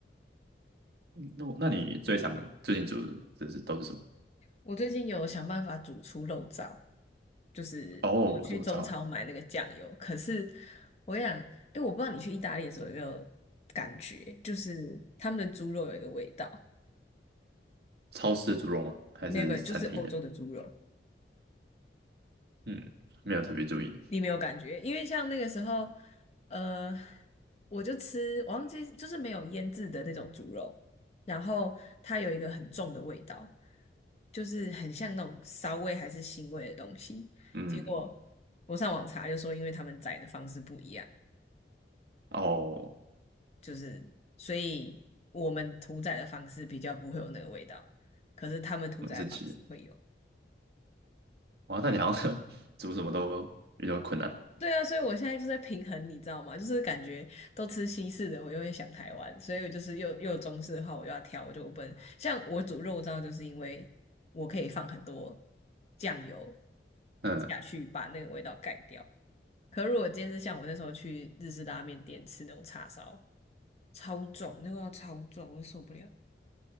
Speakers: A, on the right; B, on the left.
A: 那我那你最常最近煮的这是都是什么？
B: 我最近有想办法煮出肉燥，就是我去中超买那个酱油。
A: 哦，我说我知道欸，
B: 可是我想，因为我不知道你去意大利的时候有没有感觉，就是他们的猪肉有一个味道，
A: 超市的猪肉吗？还是餐厅的？
B: 你有没有？就是欧洲的猪肉，
A: 嗯，没有特别注意。
B: 你没有感觉，因为像那个时候，呃，我就吃，我忘记就是没有腌制的那种猪肉，然后它有一个很重的味道，就是很像那种骚味还是腥味的东西。
A: 嗯，
B: 结果我上网查就说，因为他们宰的方式不一样，
A: 哦，
B: 就是所以我们屠宰的方式比较不会有那个味道，可是他们屠宰的方式会有。
A: 蛮神奇的。哇，那你好像 <laughs> 煮什么都比较困难。
B: 对啊，所以我现在就在平衡，你知道吗？就是感觉都吃西式的，我又会想台湾，所以我就是又又有中式的话，我又要挑，我就不能像我煮肉燥，就是因为我可以放很多酱油
A: 嗯，
B: 下去，把那个味道盖掉。可如果今天是像我那时候去日式拉面店吃那种叉烧，超重，那个味道超重，我就受不了。